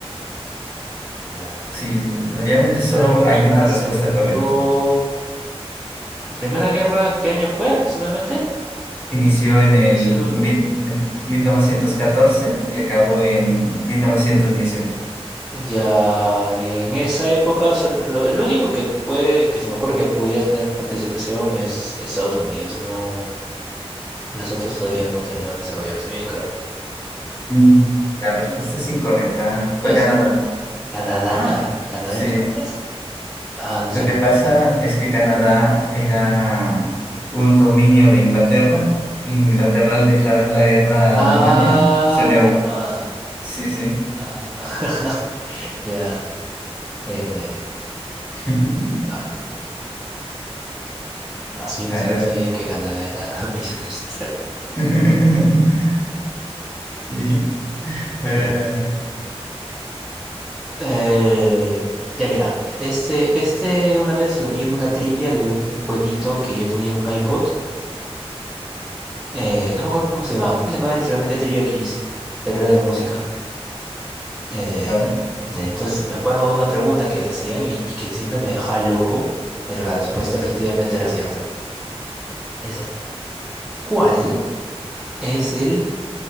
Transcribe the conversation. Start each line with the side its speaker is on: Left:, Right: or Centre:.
Centre: Ya.
Left: Sí, obviamente
Centre: En la Primera
Left: solo
Centre: Guerra
Left: hay una respuesta
Centre: se metió.
Left: correcta.
Centre: ¿Primera Guerra qué año fue aproximadamente?
Left: Inició en el
Centre: Inició
Left: mil-
Centre: mil-
Left: en 1914 y acabó en 1918.
Centre: Ya, y en esa época, sol- lo, el único que puede, que se me ocurre que pudiera tener participación es Estados Unidos. No, los otros todavía no terminaron de desarrollarse bien, creo.
Left: Mm. La respuesta
Centre: ¿No
Left: es incorrecta. Fue
Centre: es Estados
Left: Canadá.
Centre: Unidos? Canadá. ¿Canadá
Left: Sí.
Centre: entró antes? Ah, no
Left: Lo
Centre: sabía.
Left: que pasa es que Canadá era un dominio de Inglaterra. Inglaterra al declarar la guerra
Centre: Ah,
Left: a Alemania se unió.
Centre: ah,
Left: Sí, sí.
Centre: ah, <laughs> ya, está bien, está bien.
Left: <laughs>
Centre: Ah, aso, yo
Left: Era...
Centre: ni siquiera sabía que Canadá era <laughs> millones.
Left: <laughs> Sí. Eh,
Centre: Mira, eh, ya mira, este, este una vez lo vi en una trivia de un jueguito que yo tenía en un iPod. Eh, no me acuerdo cómo se llamaba, creo que se llamaba literalmente Trivia Kiss, pero era de música. Eh,
Left: a ver, a ver.
Centre: y entonces me acuerdo de una pregunta que hacían y, y que siempre me dejaba loco, pero la respuesta efectivamente era cierta. Dice, ¿cuál? es el